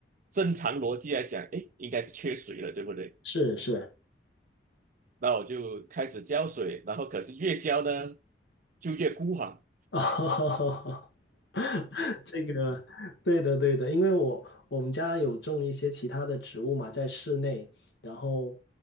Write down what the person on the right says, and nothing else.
正常逻辑来讲，哎，应该是缺水了，对不对？
那我就开始浇水，然后可是越浇呢就越枯黄，